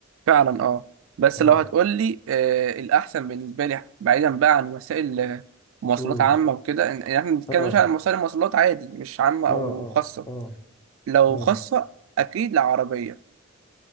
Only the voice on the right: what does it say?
فعلا اه بس
لو هتقول لي آه الاحسن بالنسبه لي بعيدا بقى عن وسائل آه، مواصلات
عامه وكده إن- يعني احنا بنتكلم
مش عن وسائل مواصلات عادي مش عامه
او
خاصه
لو
خاصه اكيد لا عربيه